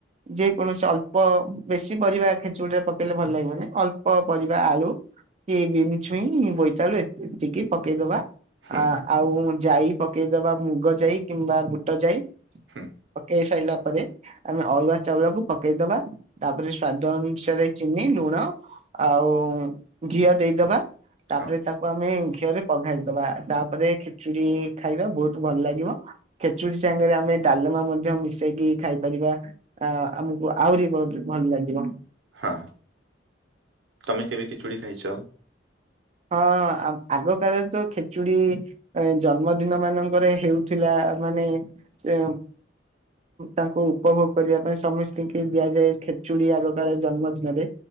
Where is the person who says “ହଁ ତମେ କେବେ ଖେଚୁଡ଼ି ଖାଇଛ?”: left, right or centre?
Right